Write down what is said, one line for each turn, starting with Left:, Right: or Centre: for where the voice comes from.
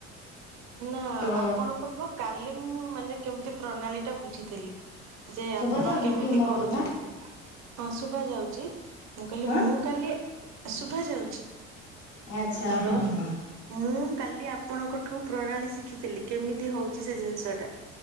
Right: ନା
Left: ତ
Right: ଆପଣଙ୍କଠୁ କାଲି ମୁଁ ମାନେ କେମିତି ପ୍ରଣାଳୀ ଟା ବୁଝିଥିଲି। ଯେ
Left: ଶୁଭା
Right: ଆପଣ
Left: ଯାଉନି
Right: କେମିତି
Left: କି ମୋ
Right: କରୁଛନ୍ତି।
Left: କଥା
Right: ହଁ ଶୁଭ ଯାଉଛି। ମୁଁ କହିଲି
Left: ହଁ
Right: ମୁଁ କାଲି- ଶୁଭା ଯାଉଛି।
Left: ଆଚ୍ଛା
Right: ହ୍ୟାଲୋ
Left: ହଁ ହଁ
Right: ମୁଁ କାଲି ଆପଣଙ୍କଠୁ- ପ୍ରଣାଳୀ ଶିଖିଥିଲି କେମିତି ହଉଛି ସେ ଜିନିଷ ଟା।